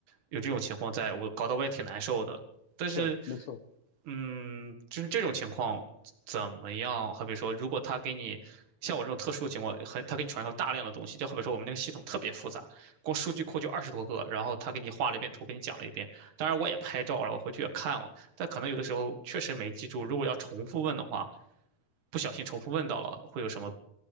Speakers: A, on the right (about 60°); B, on the left (about 70°).
A: 有这种情况在，我搞得我也挺难受的。但是，
B: 是，没错。
A: 嗯，就是这种情况怎么样？好比说，如果他给你像我这种特殊情况，很他给你传授大量的东西，就好比说我们那个系统特别复杂。光数据库就二十多个，然后他给你画了一遍图，给你讲了一遍。当然我也拍照了，我回去也看了，但可能有的时候确实没记住。如果要重复问的话，不小心重复问到了，会有什么？